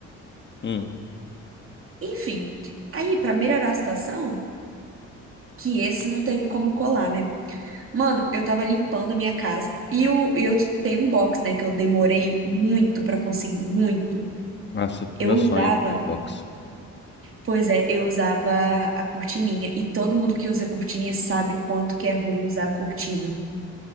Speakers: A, on the left; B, on the right.
A: Hum.
B: Enfim, aí pra melhorar a situação, que esse não teve como colar, né? Mano, eu tava limpando a minha casa e eu, eu tenho um box, né, que eu demorei muito pra conseguir, muito.
A: Nossa,
B: Eu
A: meu
B: usava,
A: sonho ter um box.
B: pois é, eu usava a cortininha e todo mundo que usa cortininha sabe quanto que é ruim usar a cortina.